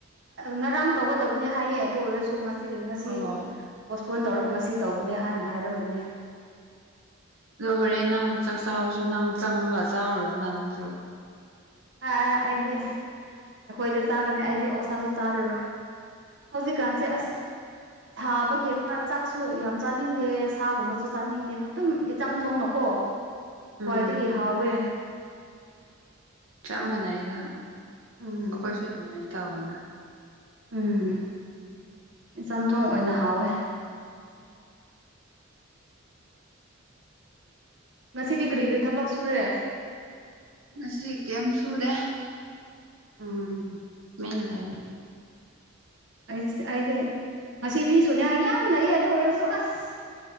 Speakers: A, on the right; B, on the right.
A: ꯉꯔꯥꯡ ꯇꯧꯒꯗꯕꯅꯦ ꯍꯥꯏꯌꯦ ꯑꯗꯨ ꯑꯣꯏꯔꯥꯁꯨ ꯉꯁꯤ ꯉꯁꯤ
B: ꯑꯣ ꯑꯗꯣ
A: ꯐꯣꯟ ꯇꯧꯔꯒ ꯉꯁꯤ ꯇꯧꯕꯅꯦ ꯍꯥꯏꯅꯥ ꯍꯥꯏꯔꯝꯕꯅꯦ
B: ꯑꯗꯣ ꯍꯣꯔꯦꯟ ꯅꯪ ꯆꯥꯛ ꯆꯥꯕꯁꯨ ꯅꯪ ꯆꯪꯉꯒꯥ ꯆꯥꯔꯨꯔꯣꯅ ꯅꯪꯁꯨ
A: ꯑ ꯑꯩꯗꯤ ꯑꯩꯈꯣꯏꯗꯥ ꯆꯥꯒꯅꯤ ꯑꯩꯗꯤ ꯑꯣꯛꯁꯥꯁꯨ ꯆꯥꯔꯔꯣꯏ ꯍꯧꯖꯤꯛꯀꯥꯟꯁꯦ ꯑꯥꯁ ꯊꯕꯒꯤ ꯆꯥꯛꯁꯨ ꯌꯥꯝ ꯆꯥꯅꯤꯡꯗꯦ ꯁꯥꯒꯨꯝꯕꯁꯨ ꯆꯥꯅꯤꯡꯗꯦ ꯑꯗꯨꯝ ꯏꯆꯝꯊꯣꯡꯅꯥ ꯀꯣ ꯈ꯭ꯋꯥꯏꯗꯥꯒꯤ
B: ꯎꯝ
A: ꯍꯥꯎꯋꯦ
B: ꯆꯞ ꯃꯥꯟꯅꯩꯗꯥ
A: ꯎꯝ
B: ꯑꯩꯈꯣꯏꯁꯨ ꯑꯗꯨꯃꯥꯏꯅꯥ ꯇꯧꯋꯦꯅꯥ
A: ꯎꯝ ꯆꯝꯊꯣꯡ ꯑꯣꯏꯅꯥ ꯍꯥꯎꯋꯦ ꯉꯁꯤꯗꯤ ꯀ꯭ꯔꯤ ꯀ꯭ꯔꯤ ꯊꯕꯛ ꯁꯨꯔꯦ
B: ꯉꯁꯤ ꯀꯦꯝ ꯁꯨꯗꯦ
A: ꯑꯝ
B: <unintelligible>
A: ꯑꯩꯁ ꯑꯩꯗꯤ ꯉꯁꯤ ꯐꯤꯁꯨꯅꯦ ꯌꯥꯝ ꯂꯩ ꯑꯗꯨ ꯑꯣꯏꯔꯁꯨ ꯑꯁ